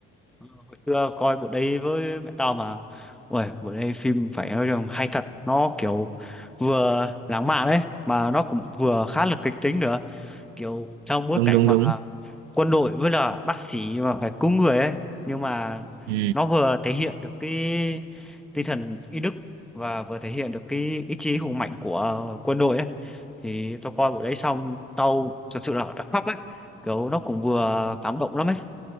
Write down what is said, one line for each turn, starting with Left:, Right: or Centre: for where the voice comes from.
Centre: ờ, hồi xưa coi bộ đấy với mẹ tao mà. Ôi, bộ đấy phim phải nói rằng hay thật, nó kiểu vừa lãng mạn đấy mà nó cũng vừa khá là kịch tính nữa. kiểu trong bối
Right: Đúng
Centre: cảnh
Right: đúng
Centre: mà
Right: đúng.
Centre: quân đội với là bác sĩ mà phải cứu người ấy nhưng mà
Right: Ừ.
Centre: nó vừa thể hiện được cái tinh thần y đức và vừa thể hiện được cái ý chí hùng mạnh của quân đội ấy thì tao coi bộ đấy xong tao thật sự là <laughs> đã khóc ấy kiểu nó cũng vừa cảm động lắm ấy